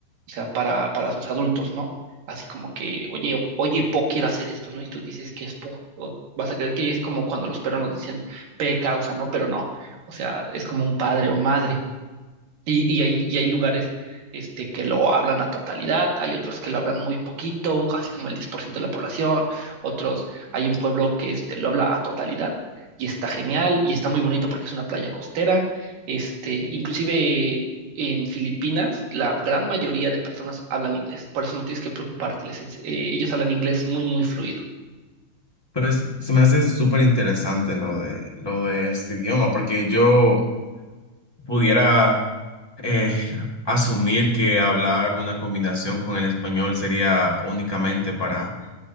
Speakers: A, on the right; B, on the left.
A: sea, para, para sus adultos, ¿no? Así como que, oye, o- oye, po quiere hacer esto, ¿no? Y tú dices que es po, o vas a creer que es como cuando los peruanos dicen pe causa, ¿no? Pero no. O sea, es como un padre o madre. Y, y hay, y hay lugares este, que lo hablan a totalidad, hay otros que lo hablan muy poquito, así como el 10% de la población, otros, hay un pueblo que este, lo habla a totalidad y está genial y está muy bonito porque es una playa costera. Este, inclusive en Filipinas, la gran mayoría de personas hablan inglés, por eso no tienes que preocuparte, les ens- eh, ellos hablan inglés muy, muy fluido.
B: Pues se me hace súper interesante lo de, lo de este idioma, porque yo pudiera eh, asumir que hablar una combinación con el español sería únicamente para,